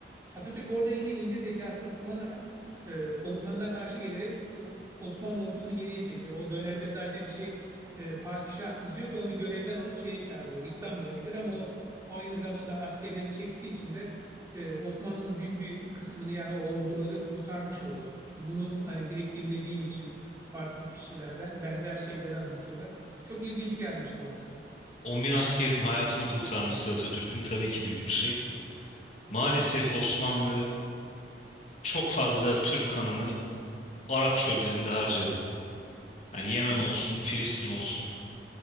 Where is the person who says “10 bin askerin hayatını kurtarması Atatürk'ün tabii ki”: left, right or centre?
Left